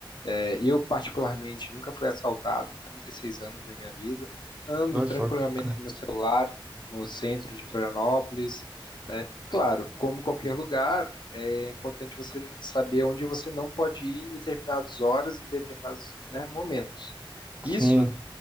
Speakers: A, on the left; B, on the right.
A: É, eu, particularmente, nunca fui assaltado em 36 anos da minha vida. Ando
B: Olha
A: tranquilamente
B: só que bacana.
A: com meu celular no centro de Florianópolis, né? Claro, como qualquer lugar, é importante você saber onde você não pode ir em determinadas horas, em determinados, né, momentos. Isso,
B: Sim,